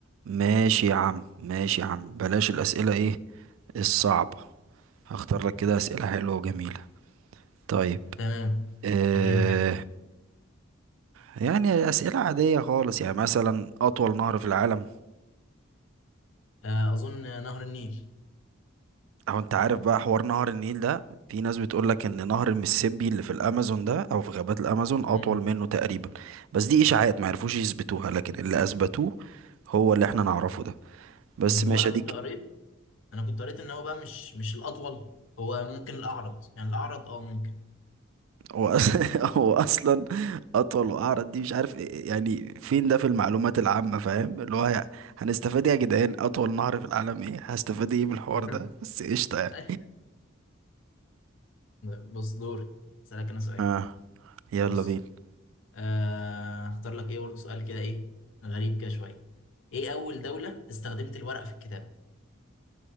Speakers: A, on the right (about 85°); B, on the left (about 75°).
A: ماشي يا عم ماشي يا عم بلاش الأسئلة ايه الصعبة هختار لك كده أسئلة حلوة وجميلة طيب
B: تمام
A: اه
B: وريني كده
A: يعني أسئلة عادية خالص يعني مثلا أطول نهر في العالم
B: آه، اظن نهر النيل
A: أو أنت عارف بقى حوار نهر النيل ده في ناس بتقول لك إن نهر المسيسيبي اللي في الأمازون ده أو في غابات الأمازون أطول
B: مم.
A: منه تقريبا بس دي إشاعات ما عرفوش يثبتوها لكن اللي أثبتوه هو اللي احنا نعرفه ده بس
B: مم.
A: ماشي
B: هو انا كنت
A: دي
B: قريت انا كنت قريت ان هو بقى مش مش الاطول هو ممكن الاعرض يعني الاعرض اه ممكن
A: هو أص- <laughs> هو اصلا اطول واعرض دي مش عارف إيه- يعني فين ده في المعلومات العامه فاهم اللي هو يعني هنستفاد إيه يا جدعان اطول نهر في العالم ايه هستفاد ايه من الحوار
B: <laughs>
A: ده بس قشطه يعني
B: أي. بص دوري اسالك انا سؤال
A: اه يلا
B: بص
A: بينا
B: آه، اختار لك ايه برضه سؤال كده ايه غريب كده شويه ايه اول دوله استخدمت الورق في الكتابه